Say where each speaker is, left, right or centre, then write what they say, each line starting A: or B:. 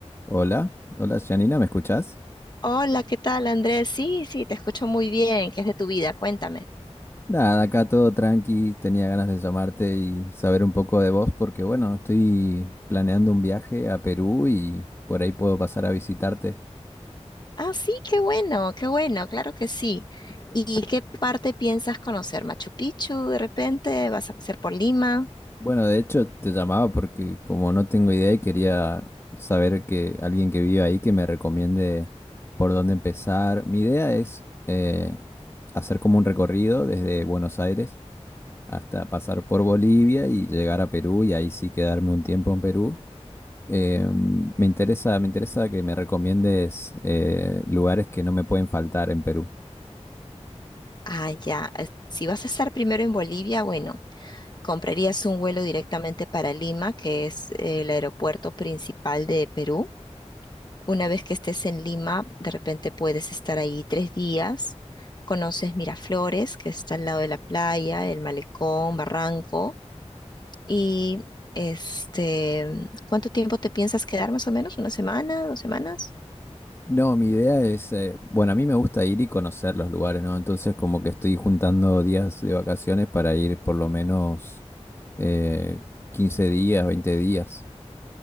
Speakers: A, on the left; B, on the left.
A: Hola, hola Janina, ¿me escuchás?
B: Hola, ¿qué tal, Andrés? Sí, sí, te escucho muy bien. ¿Qué es de tu vida? Cuéntame.
A: Nada, acá todo tranqui, tenía ganas de llamarte y saber un poco de vos porque bueno, estoy planeando un viaje a Perú y por ahí puedo pasar a visitarte.
B: Ah, sí, qué bueno, qué bueno, claro que sí. ¿Y qué parte piensas conocer? ¿Machu Picchu de repente? ¿Vas a pasar por Lima?
A: Bueno, de hecho te llamaba porque como no tengo idea y quería saber que alguien que vive ahí que me recomiende por dónde empezar. Mi idea es eh, hacer como un recorrido desde Buenos Aires hasta pasar por Bolivia y llegar a Perú y ahí sí quedarme un tiempo en Perú. Eh, me interesa, me interesa que me recomiendes eh, lugares que no me pueden faltar en Perú.
B: Ah, ya. es- Si vas a estar primero en Bolivia, bueno, comprarías un vuelo directamente para Lima, que es eh, el aeropuerto principal de Perú. Una vez que estés en Lima, de repente puedes estar ahí tres días. Conoces Miraflores, que está al lado de la playa, el malecón, Barranco. Y este, ¿cuánto tiempo te piensas quedar más o menos? ¿Una semana? ¿Dos semanas?
A: No, mi idea es, eh, bueno, a mí me gusta ir y conocer los lugares, ¿no? Entonces como que estoy juntando días de vacaciones para ir por lo menos eh, 15 días, veinte días.